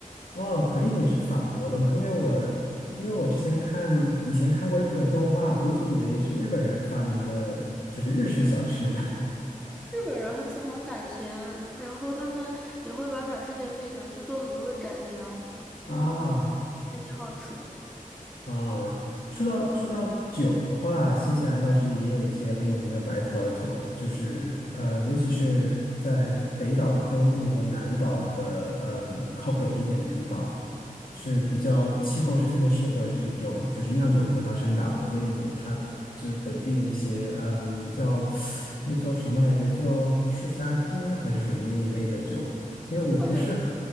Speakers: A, on the left; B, in the centre.
A: 哦，可丽饼是法国的嘛？因为我因为我之前看以前看过日本动画，我一直以为是日本人发明的，就是日式小吃呢。
B: 日本人很喜欢法甜，然后他们也会把法式甜品拿去做很多的改良，
A: <laughs> 啊
B: 嗯，也挺好吃的。
A: 啊，说到说到酒的话，新西兰倒是也有一些很有名的白葡萄酒，就是呃，尤其是在北岛的东部和南岛的嗯靠北一点的地方，是比较气候是特别适合这种就是酿酒葡萄生长的，所以它就是本地的一些嗯叫那叫什么来着，叫赤霞珠还是什么那一类的酒，因为我不是
B: 哦，